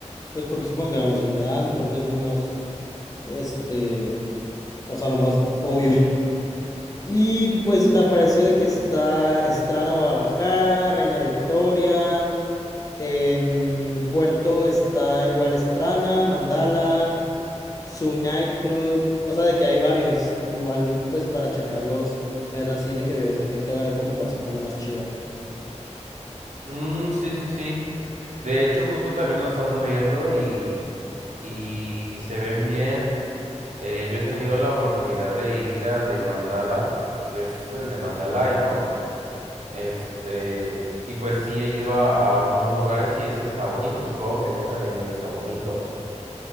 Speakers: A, on the left; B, on the right.
A: pues porque supongo que vamos a ir de antro, que es lo más, este, o sea, lo más obvio. <laughs> Y pues me apareció de que está Estrana Guadalajara, Reina Victoria, en Puerto está igual Estrana, Mandala, Su nightclub. O sea, de que hay varios. Igual, pues para checarlos, ver así de que videos en TikTok, a ver como cuál se pone más chido.
B: Mm, sí, sí, sí. De hecho, justo también los ando viendo y, y se ven bien. Eh, yo he tenido la oportunidad de ir al de Mandala, que es el de Mandalay, ¿no? Este, y pues sí he ido a, a unos lugares y ese está bonito, supongo que allá también debe estar bonito.